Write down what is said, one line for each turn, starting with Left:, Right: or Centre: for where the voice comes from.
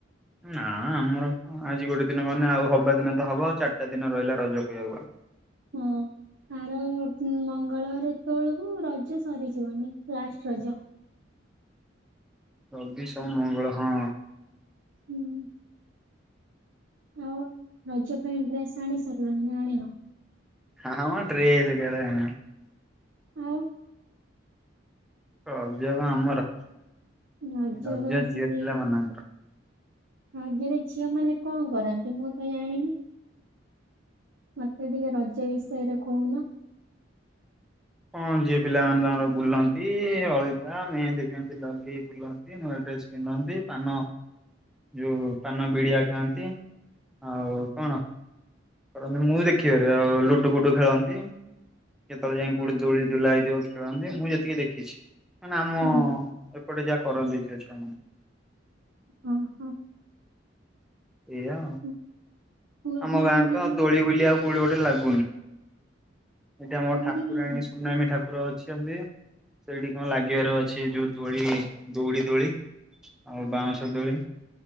Centre: ନା ଆମର ଆଜି ଗୋଟେ ଦିନ ମାନେ ଆଉ ହବା ଦିନ ତ ହବା ଆଉ ଚାରିଟା ଦିନ ରହିଲା ରଜ କହବାକୁ ଗଲେ।
Right: ହୁଁ ଆର ମଙ୍ଗଳବାରେ ଏତୋବେଳକୁ ରଜ ସରିଯିବନି ଲାଷ୍ଟ ରଜ
Centre: ରବି ସୋମ ମଙ୍ଗଳ ହଁ
Right: ହୁଁ ଆଉ ରଜ ପାଇଁ ଡ୍ରେସ ଆଣି ସାରିଲଣି ନା ଆଣିନ।
Centre: ନା ମ ଡ୍ରେସ କାଳେ ଆଣିବୁ
Right: ଆଉ
Centre: ରଜ କଣ ଆମର
Right: ରାଜ
Centre: ରଜ
Right: କଣ ଖାଲି
Centre: ଝିଅ ପିଲା ମାନଙ୍କର
Right: ଆଜିର ଝିଅ ମାନେ କଣ କରନ୍ତି। ମୁଁ ତ ଜାଣିନି ମତେ ଟିକେ ରଜ ବିଷୟରେ କୋହୁନ?
Centre: କଣ ଯିଏ ପିଲାମାନେ ତାଙ୍କର ବୁଲନ୍ତି ଅଳିତା ମେହେନ୍ଦୀ ଫେହେନ୍ଦୀ ଲଗେଇ ବୁଲନ୍ତି ନୂଆ ଡ୍ରେସ୍ ପିନ୍ଧନ୍ତି ପାନ ଯୋଉ ପାନ ବିଡିଆ ଖାଆନ୍ତି ଆଉ କଣ କରନ୍ତି ମୁଁ ଦେଖିବାରେ ଆଉ ଲୁଡୁ ଫୁଡୁ ଖେଳନ୍ତି କେତେବେଳେ ଯାଇ
Right: ହଁ
Centre: କୋଉଠି ଦୋଳି ଝୁଲା ହେଇିବ ମୁଁ ଯେତିକି ଦେଖିଛି। ମାନେ ଆମ
Right: ହୁଁ
Centre: ସେପଟେ ଯାହା କରନ୍ତି ଝିଅଛୁଆମନେ।
Right: ହଁ ହଁ
Centre: ଏଇଆ ଆଉ
Right: ହୁଁ। ପୁଅ
Centre: ଆମ
Right: ପିଲାମାନେ
Centre: ଗାଁରେ ତଉ
Right: ବା
Centre: ଦୋଳି ବୁଲି ଆଉ କୋଉଠି ଗୋଟେ ଲାଗୁ <unintelligible> ଏଇଠି ଆମର
Right: କୋଉଠି
Centre: ଠାକୁରାଣୀ
Right: ଲଗଉନି
Centre: ସୁନାମୀ ଠାକୁର ଅଛି। ଛନ୍ତି ସେଇଠି କଣ ଲାଗିବାର ଅଛି ଯୋଉ ଦୋଳି ଦଉଡି ଦୋଳି ଆଉ ବାଉଁଶ ଦୋଳି